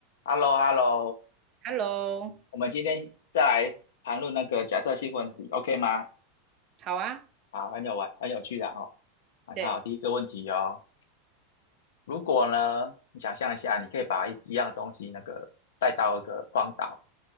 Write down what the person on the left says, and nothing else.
h e l l o h e l l o
我们今天再来谈论那个假设性问题，OK 吗？
好，很有玩，很有趣的哈、哦来看好第一个问题哦，
如果呢，你想象一下，你可以把一一样东西那个带到一个荒岛，